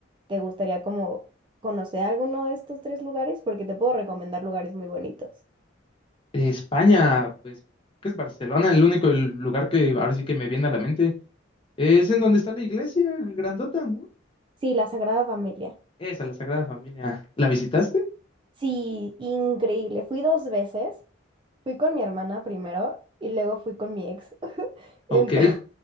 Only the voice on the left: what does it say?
De España, pues, que es Barcelona, el único el lugar que ahora sí que me viene a la mente. Es en donde está la iglesia grandota, ¿no?
Esa, la Sagrada Familia. ¿La visitaste?
Ok.